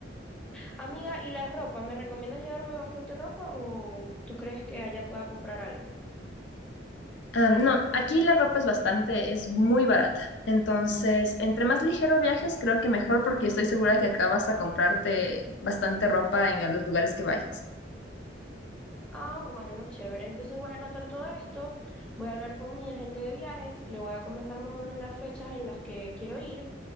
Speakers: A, in the centre; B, on the left.
A: Amiga, ¿y la ropa? ¿Me recomiendas llevarme bastante ropa o tú crees que allá pueda comprar algo?
B: Ah, no, aquí la ropa es bastante, es muy barata. Entonces, entre más ligero viajes, creo que mejor porque estoy segura que acá vas a comprarte bastante ropa en los lugares que vayas.
A: Ah, bueno, chévere. Entonces voy a anotar todo esto, voy a hablar con mi agente de viajes, le voy a comentar más o menos las fechas en las que quiero ir